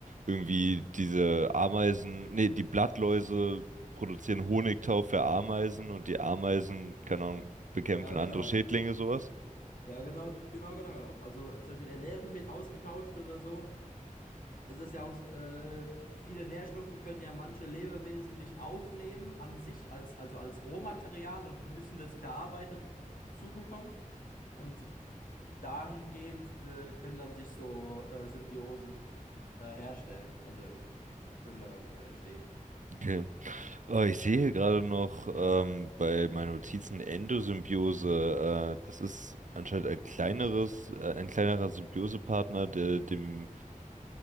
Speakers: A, on the right; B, on the left.
A: irgendwie diese Ameisen, nee, die Blattläuse produzieren Honigtau für Ameisen und die Ameisen, keine Ahnung, bekämpfen
B: ja, genau.
A: andere Schädlinge, sowas.
B: Ja, genau, genau, genau, genau. Also zum Beispiel Ernährung wird ausgetauscht oder so. Es ist ja auch, äh, viele Nährstoffe können ja manche Lebewesen nicht aufnehmen an sich, als, also als Rohmaterial und müssen das verarbeitet zubekommen. Und dahingehend äh, können dann sich so äh, Symbiosen äh, herstellen, also äh, können da äh, entstehen.
A: Okay. Oh, ich sehe hier gerade noch ähm, bei meinen Notizen Endosymbiose. Äh, das ist anscheinend ein kleineres, äh, ein kleinerer Symbiosepartner, der dem,